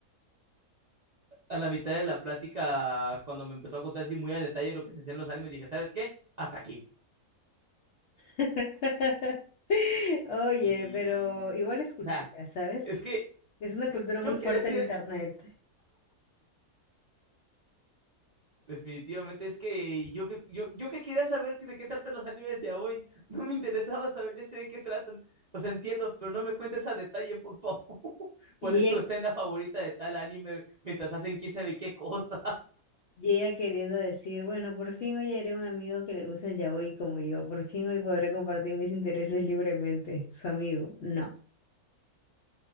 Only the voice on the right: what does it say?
a la mitad de la plática cuando me empezó a contar así muy a detalle lo que se hacía en los animes, dije, ¿sabes qué? Hasta aquí.
Y,
o sea,
es que
yo,
yo
qué decía.
Definitivamente, es que yo que yo, yo que quería saber de qué tratan los animes ya hoy, <laughs> no me interesaba saber, ya sé de qué tratan, o sea, entiendo, pero no me cuentes a detalle, por favor. <laughs>
¿Cuál es
tu escena favorita de tal anime mientras hacen quién sabe qué cosa?